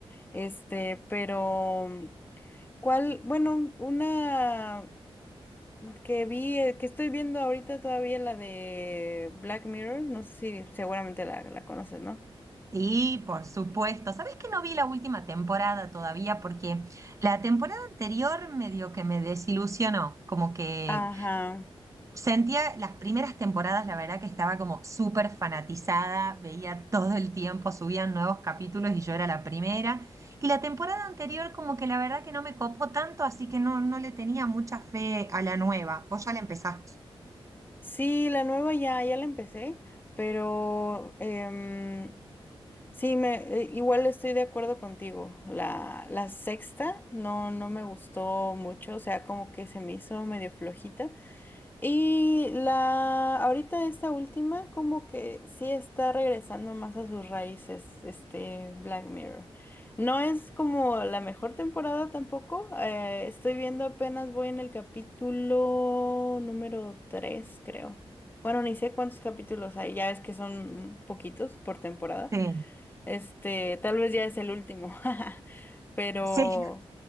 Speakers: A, on the left; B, on the right.
A: este, pero, ¿cuál? Bueno, una que vi, eh, que estoy viendo ahorita todavía, la de Black Mirror, no sé si seguramente la, la conoces, ¿no?
B: Sí, por supuesto. ¿Sabes que no vi la última temporada todavía? Porque la temporada anterior medio que me desilusionó, como que
A: Ajá,
B: sentía las primeras temporadas, la verdad que estaba como súper fanatizada, veía todo el tiempo, subían nuevos capítulos y yo era la primera. Y la temporada anterior como que la verdad que no me copó tanto, así que no, no le tenía mucha fe a la nueva. Vos ya la empezaste.
A: sí, la nueva ya, ya la empecé, pero, em, Sí, me, eh, igual estoy de acuerdo contigo. La, la sexta no, no me gustó mucho, o sea, como que se me hizo medio flojita. Y la, ahorita esta última, como que sí está regresando más a sus raíces, este Black Mirror. No es como la mejor temporada tampoco. eh, estoy viendo apenas, voy en el capítulo número 3 creo. Bueno, ni sé cuántos capítulos hay, ya ves que son poquitos por temporada.
B: Sí.
A: Este, tal vez ya es el último, <laughs> pero
B: <laughs>